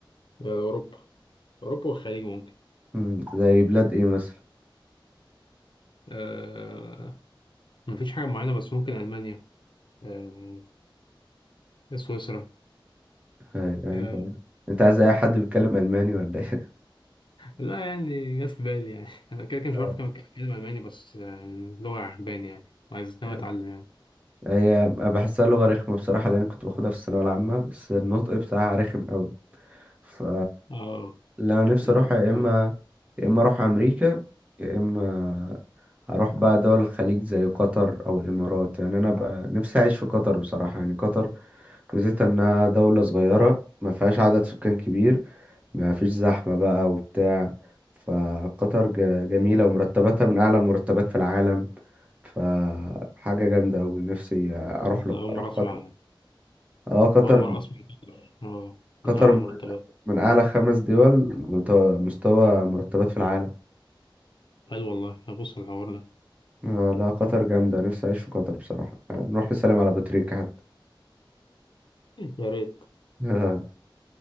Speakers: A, on the left; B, on the right.
A: آه، اوروبا اوروبا والخليج ممكن
B: مم. زي بلاد ايه مثلا
A: آه مفيش حاجه معينه بس ممكن المانيا آه سويسرا
B: أيوة، يعني
A: آه
B: انت انت عايز اي حد بيتكلم الماني ولا ايه
A: لا يعني جت في بالي يعني <laughs> انا كده كده مش
B: <laughs>
A: بعرف أتكلم أتكلم الماني بس آه، اللغه عجباني يعني وعايز ناوي
B: أيوة.
A: اتعلم يعني
B: هي بحسها لغة رخمة بصراحة لأن كنت باخدها في الثانوية العامة بس النطق بتاعها رخم أوي ف
A: اه
B: اللي أنا نفسي
A: انا
B: أروحها
A: كنت
B: يا
A: آه،
B: إما يا إما أروح أمريكا يا إما أروح بقى دول الخليج زي قطر أو الإمارات يعني أنا بقى نفسي أعيش في قطر بصراحة يعني قطر ميزتها إنها دولة صغيرة ما فيهاش عدد سكان كبير ما فيش زحمة بقى وبتاع فقطر ج- جميلة ومرتباتها من أعلى المرتبات في العالم فحاجة جامدة أوي نفسي أروح
A: أنا
B: ل-
A: اول مره
B: أروح
A: اسمع
B: قطر
A: يعني
B: اه قطر
A: اول مره اسمع كده. اه
B: قطر
A: من اعلى
B: من
A: مرتبات
B: من اعلى خمس دول مت- مستوى مرتبات في العالم
A: حلو والله هبص على الحوار ده
B: آه لا قطر جامدة نفسي اعيش في قطر بصراحة آه نروح نسلم على بطريقة حتى
A: <laughs> يا ريت
B: <laughs> اه